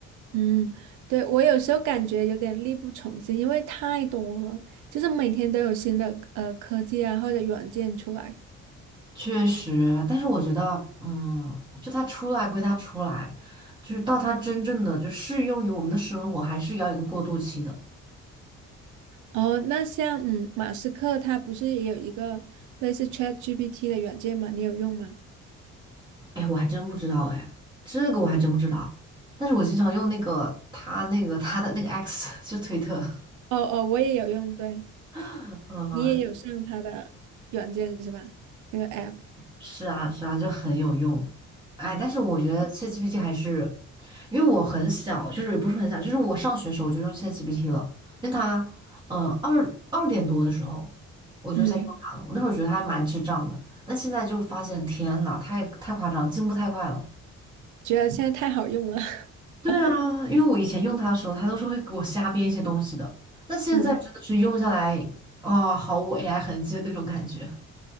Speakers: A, on the right; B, on the right.
A: 嗯，对，我有时候感觉有点力不从心，因为太多了，就是每天都有新的呃科技啊或者软件出来。
B: 确实，但是我觉得，嗯，就它出来归它出来，就是到它真正的就适用于我们的生活，还是要一个过渡期的。
A: 哦，那像嗯，马斯克他不是也有一个类似 ChatGPT 的软件吗？你有用吗？
B: 哎，我还真不知道，哎，这个我还真不知道。但是我经常用那个他那个他的那个 X，<laughs> 就推特，
A: 哦哦，我也有用，对，
B: <laughs> 嗯。
A: 你也有上他的软件是吧？那个 app，
B: 是啊，是啊，就很有用。哎，但是我觉得切 h a t g p t 还是，因为我很小，就是也不是很小，就是我上学的时候我就用切 h a t g p t 了。那它，嗯、呃二二点多的时候我就在用它了。
A: 嗯，
B: 我那会儿觉得它还蛮智障的，但现在就发现，天呐，太太夸张了进步太快了。
A: 觉得现在太好用了。
B: 对啊，
A: <laughs>
B: 因为我以前用它的时候，它都是会给我瞎编一些东西的，但现在真的是用下来，
A: 嗯，
B: 啊、毫无 AI 痕迹的那种感觉。